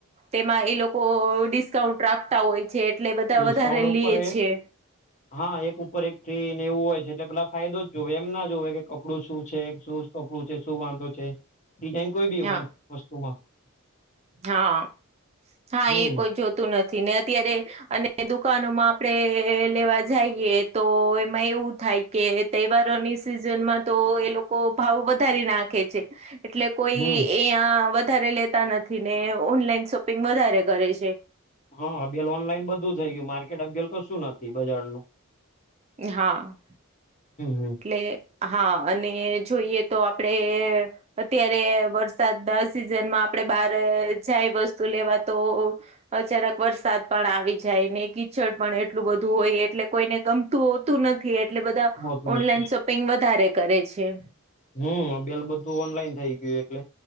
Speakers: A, on the right; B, on the left.
A: તેમાં એ લોકો ડિસ્કાઉન્ટ રાખતા હોય છે એટલે બધા
B: ડિસ્કાઉન્ટ
A: વધારે
B: ઉપર
A: લે
B: એ
A: છે.
B: હા એક ઉપર એક ફ્રી ને એવું હોય છે એટલે પેલા ફાયદો જ જોવે એમ ના જોવે કે કપડું શું છે શું કપડું છે શું વાંધો છે ડિઝાઇન કોઈ બી હોય
A: હા
B: એમ વસ્તુમાં.
A: હા, હા
B: હમ
A: એ કોઈ જોતું નથી ને અત્યારે અને દુકાનોમાં આપડે લેવા જાયએ તો એમાં એવું થાય કે તહેવારોની સિઝનમાં તો એ લોકો ભાવ વધારી નાખે છે. એટલે કોઈ
B: હમ
A: એયા વધારે લેતા નથી ને ઓનલાઈન શોપિંગ વધારે કરે છે.
B: હ અભીહાલ ઓનલાઈન બધું થઈ ગયું માર્કેટ અગેલ કશું નથી બજારનુ.
A: હા,
B: હમ
A: એટલે હા અને જોઈએ તો આપડે અત્યારે વરસાદના સિઝનમાં આપડે બાર જાય વસ્તુ લેવા તો અચાનક વરસાદ પણ આવી જાય ને કીચડ પણ એટલું બધું હોય એટલે કોઈને ગમ તું હોતું નથી એટલે બધા
B: હોતું
A: ઓનલાઈન
B: નથી
A: શોપિંગ વધારે કરે છે.
B: હમ્મ, અબયાલ બધું ઓનલાઈન થઈ ગયું એટલે